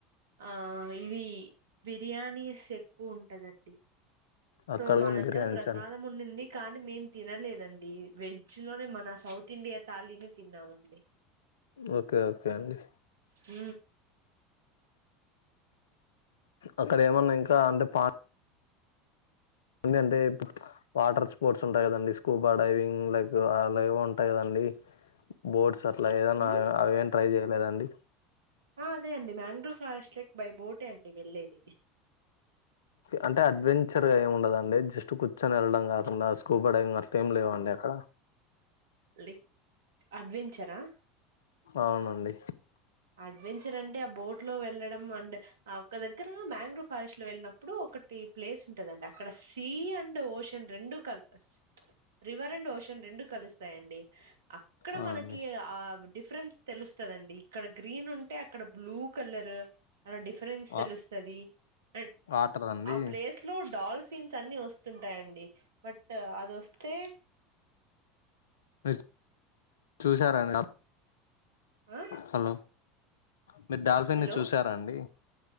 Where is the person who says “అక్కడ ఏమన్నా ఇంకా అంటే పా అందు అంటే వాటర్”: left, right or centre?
Left